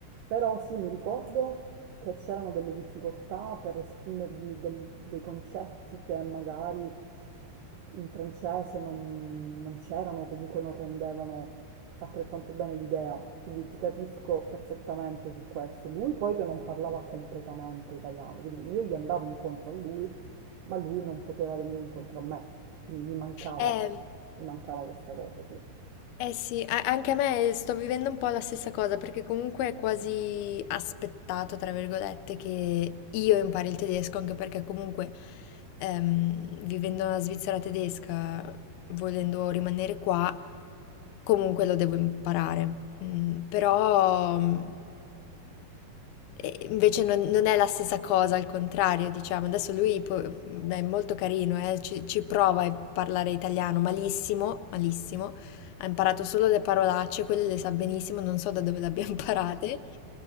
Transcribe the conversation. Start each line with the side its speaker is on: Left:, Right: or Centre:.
Right: Però sì, mi ricordo che c'erano delle difficoltà per esprimergli del- dei concetti che magari in francese non, non c'erano, comunque non rendevano altrettanto bene l'idea. Quindi ti capisco perfettamente su questo. Lui poi che non parlava completamente italiano, quindi io gli andavo incontro a lui, ma lui non poteva venire incontro a me. Quindi mi mancava,
Left: Eh,
Right: mi mancava questa cosa, sì.
Left: Eh sì, a- anche a me sto vivendo un po' la stessa cosa perché comunque è quasi aspettato, tra virgolette, che io impari il tedesco, anche perché comunque ehm, vivendo nella Svizzera tedesca, volendo rimanere qua, comunque lo devo imparare. Mm, però mm, e invece non, non è la stessa cosa, al contrario, diciamo. Adesso lui po- è molto carino, eh, Ci, ci prova a parlare italiano malissimo, malissimo, ha imparato solo le parolacce, quelle le sa benissimo, non so da dove le abbia <laughs> imparate,